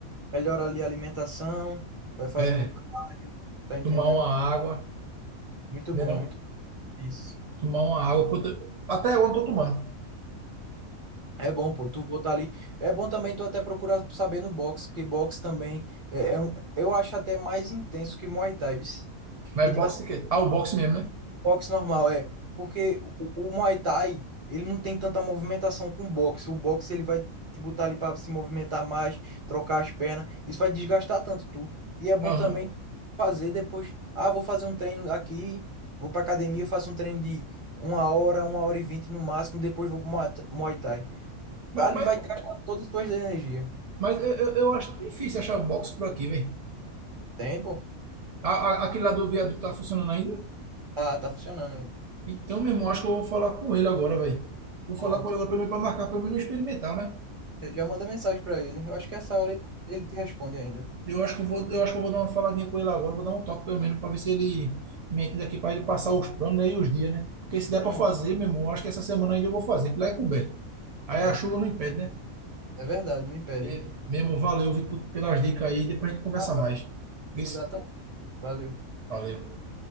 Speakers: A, on the right; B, on the right.
A: Melhora ali a alimentação, vai fazendo
B: É,
A: cardio, tá entendendo?
B: tomar uma água,
A: Muito
B: né?
A: bom,
B: Não?
A: muito isso.
B: Tomar uma água. puta, Até eu não tô tomando.
A: É bom, pô, tu botar ali. É bom também tu até procurar saber no boxe, porque boxe também é, é um, eu acho até mais intenso que Muay Thai, viu?
B: Mas
A: Porque, tipo
B: boxe
A: assim,
B: de quê? Ah, o boxe mesmo, né?
A: Boxe normal, é. Porque o, o Muay Thai, ele não tem tanta movimentação com o boxe. O boxe, ele vai te botar ali para se movimentar mais, trocar as pernas. Isso vai desgastar tanto tu. E é bom
B: Aham.
A: também fazer depois. Ah, vou fazer um treino aqui, vou pra academia, faço um treino de uma hora, uma hora e vinte no máximo, depois vou pro Muay Th- Muay Thai.
B: Mas,
A: Ali
B: mas,
A: vai gastar todas as tuas energias.
B: mas eu, eu eu acho difícil achar o boxe por aqui, velho.
A: Tem, pô?
B: Aquele lá do viaduto tá funcionando ainda?
A: Ah, tá funcionando ainda.
B: Então, meu irmão, acho que eu vou falar com ele agora, velho. Vou falar
A: Pronto.
B: com ele agora para marcar, pelo menos experimental, né?
A: Eu já manda mensagem pra ele. Eu acho que essa hora ele ele te responde ainda.
B: Eu acho que eu vou, eu acho que eu vou dar uma faladinha com ele agora, eu vou dar um toque pelo menos para ver se ele me entende aqui para ele passar os planos né, e os dias, né? Porque se der
A: Pronto.
B: para fazer, meu irmão, eu acho que essa semana ainda eu vou fazer, que lá é coberto. Aí a
A: é.
B: chuva não impede, né?
A: É verdade, não impede.
B: E, meu irmão, valeu, viu, por- pelas dicas aí, depois a gente conversa
A: Na hora,
B: mais.
A: precisar,
B: Isso?
A: tá? Valeu.
B: Valeu.